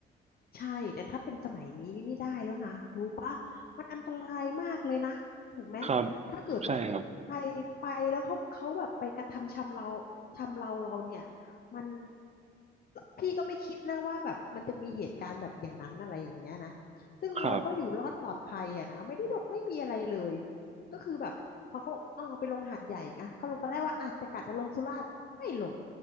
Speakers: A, on the left; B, on the right.
A: ใช่แต่ถ้าเป็นสมัยนี้นี่ไม่ได้แล้วนะรู้ปะมันอันตรายมากเลยนะถูกไหม
B: ครับ
A: ถ้าเกิดว่าไป
B: ใช่ครับ
A: ไปแล้วเขาเขาแบบไปกระทำชำเราชำเราเราเนี่ยมันพี่ก็ไม่คิดนะว่าแบบมันจะมีเหตุการณ์แบบอย่างนั้นอะไรอย่างเงี้ยนะซึ่งเราก็อยู่รอดปลอดภัยอะนะไม่ได้ดบไม่มีอะไรเลย
B: ครับ
A: ก็คือแบบพอเขาบอกเออไปลงหาดใหญ่อะเขาลงตอนแรกว่าอ่ะจะกะจะลงสุราษฎร์ไม่ลง